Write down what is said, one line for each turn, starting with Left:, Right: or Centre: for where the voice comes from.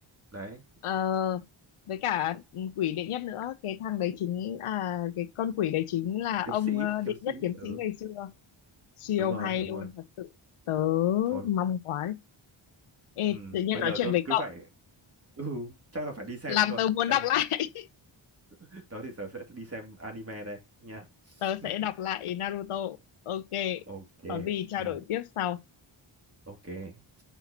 Right: đấy
Left: Ờ, với cả ừ, quỷ đệ nhất nữa cái thằng đấy chính là cái con quỷ đấy chính là
Right: kiếm
Left: ông
Right: sĩ
Left: ờ, đệ
Right: kiếm sĩ
Left: nhất kiếm
Right: ừ
Left: sĩ ngày xưa siêu
Right: đúng rồi
Left: hay
Right: đúng
Left: luôn
Right: rồi
Left: thật sự tớ
Right: thôi
Left: mong quá Ê,
Right: Ừ,
Left: tự nhiên
Right: bây
Left: nói
Right: giờ
Left: chuyện
Right: cứ
Left: với
Right: cứ
Left: cậu
Right: phải ừ, chắc là phải đi xem
Left: làm
Right: thôi
Left: tớ muốn
Right: xem
Left: đọc lại
Right: <laughs> đó thì giờ sẽ đi xem anime đây nha
Left: <laughs> tớ
Right: <laughs>
Left: sẽ đọc lại Naruto ok
Right: ok
Left: có gì trao
Right: ừ,
Left: đổi tiếp sau
Right: ok